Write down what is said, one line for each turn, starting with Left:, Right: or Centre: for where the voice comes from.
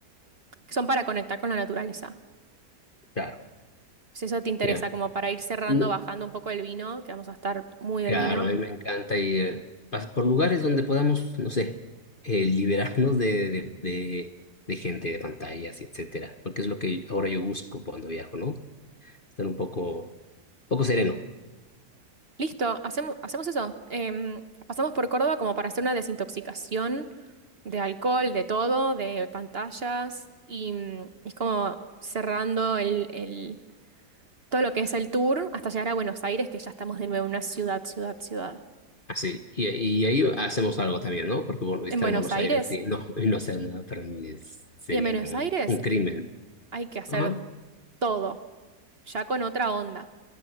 Right: que son para conectar con la naturaleza.
Left: claro,
Right: Si eso te interesa,
Left: ya.
Right: como para ir cerrando,
Left: No,
Right: bajando un poco el vino, que vamos a estar muy
Left: claro,
Right: del vino.
Left: a mí me encanta ir pas- por lugares donde podamos, no sé, eh, liberarnos de, de, de, de gente, de pantallas y etcétera. Porque es lo que ahora yo busco cuando viajo, ¿no? Estar un poco, poco sereno.
Right: Listo, hacemos, hacemos eso. Em, pasamos por Córdoba como para hacer una desintoxicación de alcohol, de todo, de pantallas, y mm, es como cerrando el, el- todo lo que es el tour hasta llegar a Buenos Aires, que ya estamos de nuevo en una ciudad, ciudad, ciudad.
Left: Así, y, y ahí hacemos algo también, ¿no? Porque bueno, estar
Right: en Buenos
Left: en Buenos
Right: Aires.
Left: Aires y no, y no hacer nada para mí es- sería
Right: Y en Buenos
Left: un,
Right: Aires
Left: un crimen.
Right: hay que hacer
Left: Ajá.
Right: todo, ya con otra onda.